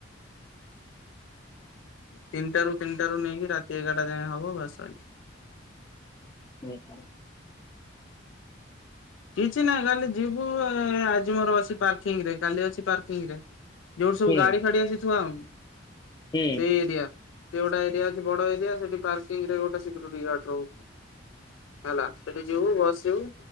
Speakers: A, on the left (about 85°); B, on the left (about 20°).
A: ତିନିଟାରୁ ତିନିଟାରୁ ନେଇକି ରାତି ଏଗାରଟା ଯାଏଁ ହବ ବାସ ଶଇଲା।
B: ହୁଁ ହୁଁ।
A: କିଛି ନାଇଁ ଖାଲି ଯିବୁ ଆଜି ମୋର ଅଛି ପାର୍କିଂରେ କାଲି ଅଛି ପାର୍କିଂ ରେ। ଯୋଉ ସବୁ
B: ହୁଁ
A: ଗାଡି ଫାଡି ଆସି ଥୁଆ ହଉନି
B: ହୁଁ
A: ସେଇ ଏରିଆ ସେ ଗୋଟା ଏରିଆ ଅଛି ବଡ ଏରିଆ ସେଠି ପାର୍ ପାର୍କିଙ୍ଗ ରେ ଗୋଟେ ସିକ୍ୟୁରିଟି ଗାର୍ଡ଼ ଥିବୁ ହେଲା ସେଠି ଯିବୁ ବସିବୁ